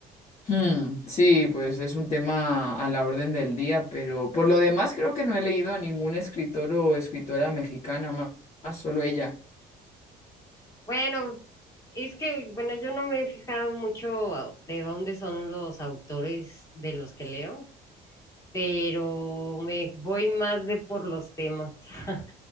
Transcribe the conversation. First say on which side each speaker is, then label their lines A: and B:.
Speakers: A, on the left; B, on the left.
A: Hmm, sí, pues es un tema a la orden del día, pero por lo demás creo que no he leído a ningún escritor o escritora mexicana ma- más, solo ella.
B: Bueno, es que, bueno, yo no me he fijado mucho a- de dónde son los autores de los que leo, pero me voy más de por los temas. <laughs>